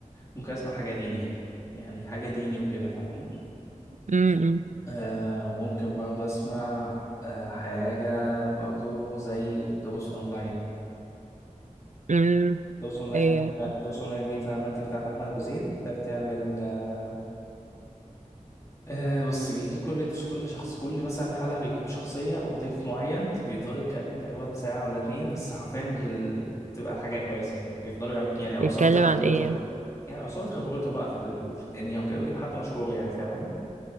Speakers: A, on the left; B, on the right.
A: ممكن اسمع حاجه دينيه يعني حاجه ديني وكده فاهماني
B: امم
A: آه ممكن برضه اسمع آه حاجه برضه زي دروس اونلاين
B: امم
A: دروس اونلاين
B: ايوه
A: دي بتاع- دروس اونلاين دي فاهمه انت بتاعت احمد ابو زيد ده بتعمل آه، آه بص بيجي كل كل شخص كل مثلا حلقة بيجيب شخصية أو ضيف معين بيفضلوا يتكلموا تقريبا ساعة ولا اتنين بس حرفيا ال... بتبقى حاجة كويسة يعني بيفضلوا يعط- يعني عصارة
B: يتكلم
A: خبرته
B: عن ايه يعني؟
A: بقى يعني عصارة خبرته بقى في ال- في الدنيا وكده بيجيب حد مشهور يعني فاهماني